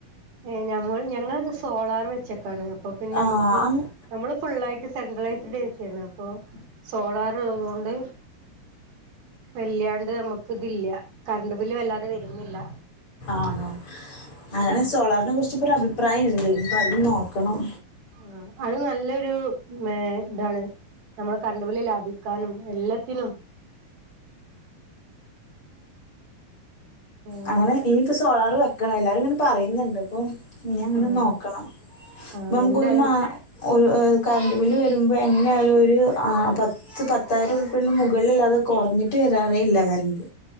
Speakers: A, on the right; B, on the left.
A: ഏ ഞമ്മൾ ഞങ്ങളത് സോളാർ വെച്ചക്കാണ് അപ്പൊ പിന്നെ
B: ആ
A: നമ്മുക്ക്
B: അങ്-
A: നമ്മള് ഫുുള്ളായിട്ട് സെൻട്രലൈസ്ഡ് എഏ സിയ ആാണ് അപ്പൊ സോളാർ ഉള്ളത്ുക കൊണ്ട് വള്ളിയാണ്ട് നമുക്ക് ഇതില്ല കറണ്ട് ബില് വല്ലാതെ വരുന്നില്ല
B: ആണോ അങ്ങനെ
A: ഉം
B: സോളാറിനെ കുറിച്ച്പ്പോ അഭിപ്രായംുണ്ട് ഇപ്പൊ അത് നോക്കണം
A: ആ അത് നല്ലൊരു ഇതാണ് നമ്മള കറണ്ട്പല് ലാഭി ക്കാനും എല്ലാത്തിനും ഉം
B: അങ്ങനെ ഇനിയിപ്പോ സോളാർ വെക്കണ എല്ലാരും ഇങ്ങനെ പറയുന്നുണ്ട് ഇപ്പൊ ഇനി അങ്ങനെ
A: ആഹ്
B: നോക്കണം ഇപ്പൊ
A: ആഹ്
B: നമുക്ക്ൊരു
A: എന്തായാലും
B: മാ ഒരു കറണ്ട് ബില് വരുമ്പോ എങ്ങനെയ ആാലും ഒരു പത്ത് ഇ പത്തായിരം രൂപന് മുകളില്ലാതെ കുറഞ്ഞിട്ട് വരാറേ ഇല്ല കാരണ്ട്